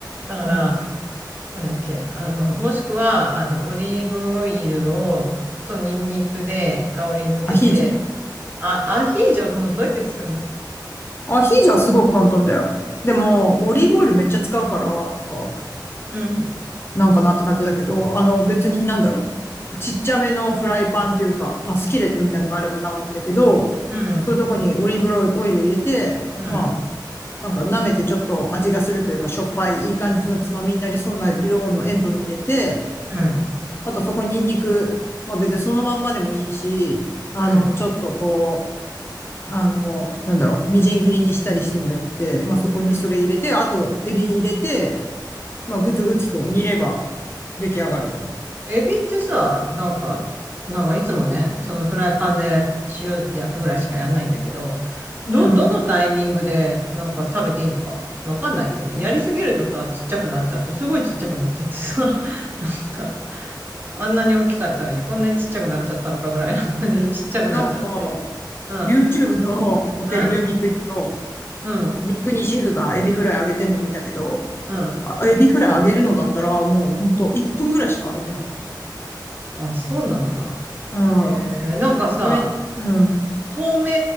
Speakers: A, on the right; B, on the left.
A: だから、
B: うん。
A: なんだっけ、あの、もしくは、あの、オリーブオイルを、とニンニクで香り付けて、
B: アヒージョ。
A: あ、アヒージョもどうやって作るの
B: アヒージョはすごく簡単だよ。でも、オリーブオイルめっちゃ使うから、なんか、
A: うん。
B: なんかなって感じだけど、あの別になんだろう。ちっちゃめのフライパンというか、まあスキレットみたいなのがあればなおいいんだけど、
A: うん。
B: そういうとこにオリーブオイル入れて、
A: うん。
B: まあなんか舐めてちょっと味がするというか、しょっぱいいい感じのつまみになりそうな量の塩分入れて、
A: うん。
B: あとそこにニンニク、まあ別にそのまんまでもいいし、あの、
A: うん。
B: ちょっとこう、あの、なんだろう、みじん切りにしたりしてもよくて、まあそこにそれ入れて、
A: うん。
B: あとエビ入れて、まあグツグツと煮れば出来上がるって感じ。
A: エビってさ、なんか、なんかいつもね、そのフライパンで塩焼くぐらいしかやんないんだけど、ど、
B: うん。
A: どのタイミングでなんか食べていいのかわかんないんだよね。やりすぎるとさ、ちっちゃくなっちゃって、すごいちっちゃくなっちゃってさ、<laughs> なんか、あんなに大きかったのにこんなにちっちゃくなっちゃったのかぐらいの感じのちっちゃくなっちゃって。
B: なんか、
A: うん、
B: YouTube のオテル・
A: うん、
B: ドゥ・ミクニの、
A: うん、
B: ミクニシェフがエビフライ揚げてんの見たけど、
A: うん。
B: あ、エビフライ揚げるのだったら、もうほんと1分ぐらいしか揚げてなかった。
A: あ、そうなんだ。
B: うん。
A: えー、なんかさ、
B: それ、うん。
A: 透明、